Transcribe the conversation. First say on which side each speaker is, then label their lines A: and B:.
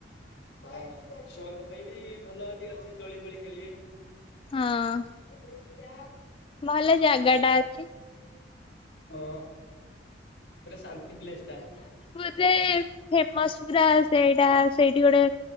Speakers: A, on the left (about 70°); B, on the left (about 30°).
A: <inaudible> ଛୁଆଙ୍କ ପାଇଁ ବି ଭଲ ଏଠି ଅଛି। ଦୋଳି ଫଳି ଖେଳିବେ।
B: ହଁ।
A: ଓ ଏଇଟା
B: ଭଲ ଜାଗା ଟା ଅଛି।
A: ହଁ <inaudible> ପୁରା ଶାନ୍ତି ପ୍ଲେସ୍ ଟା।
B: ମାନେ <inaudible> ଫେମସ୍ ପୁରା ସେଇଟା। ସେଇଠି ଗୋଟେ